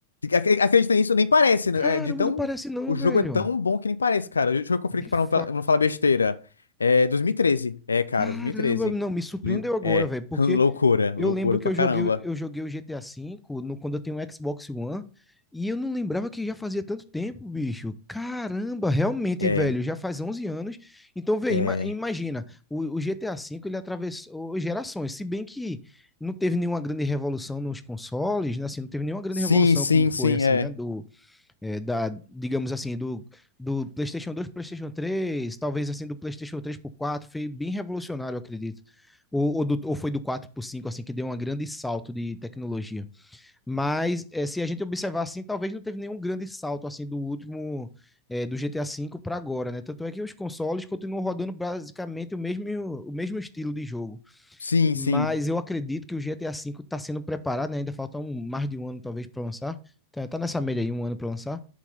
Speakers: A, on the left; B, in the centre.
A: Ac- Acredita nisso, nem parece, né?
B: Caramba,
A: É de tão...
B: não parece não,
A: O jogo
B: velho.
A: é tão bom que nem parece, cara. Deixa eu conferir
B: De
A: aqui pra
B: fato.
A: não, pra não falar besteira. É 2013. É, cara,
B: Caramba,
A: 2013.
B: não, me surpreendeu
A: Hum,
B: agora,
A: É.
B: velho, porque
A: <laughs> Loucura.
B: eu
A: Loucura
B: lembro que
A: pra
B: eu
A: caramba.
B: joguei, eu joguei o GTA V no, quando eu tenho um Xbox One e eu não lembrava que já fazia tanto tempo, bicho. Caramba, realmente,
A: É.
B: velho, já faz 11 anos. Então, vê,
A: É.
B: ima- imagina, o, o GTA V ele atravessou gerações, se bem que não teve nenhuma grande revolução nos consoles, né, assim, não teve nenhuma grande
A: Sim,
B: revolução
A: sim,
B: como foi,
A: sim.
B: assim,
A: É.
B: né, do, é, da, digamos assim, do, do PlayStation 2 para o PlayStation 3, talvez assim do PlayStation 3 para 4, foi bem revolucionário, eu acredito. Ou, ou, do, ou foi do 4 para 5, assim, que deu um grande salto de tecnologia. Mas é, se a gente observar assim, talvez não teve nenhum grande salto assim do último é, do GTA V para agora, né? Tanto é que os consoles continuam rodando basicamente o mesmo, o mesmo estilo de jogo.
A: Sim,
B: Mas
A: sim.
B: eu acredito que o GTA V está sendo preparado, né? Ainda falta um, mais de um ano, talvez, para lançar. Tá, tá nessa média aí, um ano para lançar.